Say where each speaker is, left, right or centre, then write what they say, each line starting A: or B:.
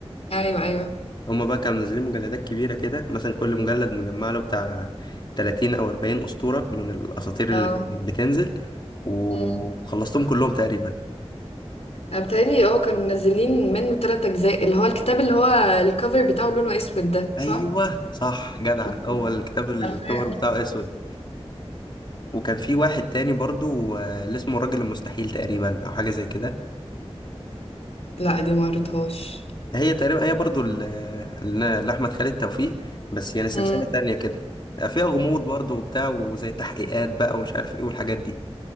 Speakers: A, on the left; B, on the left.
A: ايوه ايوه
B: هم بقى كانوا منزلين مجلدات كبيره كده مثلا كل مجلد مجمع له بتاع 30 او 40 اسطوره من الاساطير
A: اه
B: اللي كانت بتنزل وخلصتهم
A: امم
B: كلهم تقريبا
A: بتهيألي اه كانوا منزلين منه تلات أجزاء اللي هو الكتاب اللي هو الكفر بتاعه لونه أسود ده
B: ايوه
A: صح؟
B: صح جدع
A: مم.
B: هو الكتاب الكفر
A: عارفاه
B: بتاعه اسود وكان في واحد تاني برضو آه، اللي اسمه الراجل المستحيل تقريبا او حاجه زي كده
A: لا دي ما قريتهاش
B: هي تقريبا هي برضو ال- ال- لاحمد خالد توفيق بس يعني سلسله
A: امم
B: تانية كده فيها غموض برضو وبتاع وزي تحقيقات بقى ومش عارف ايه والحاجات دي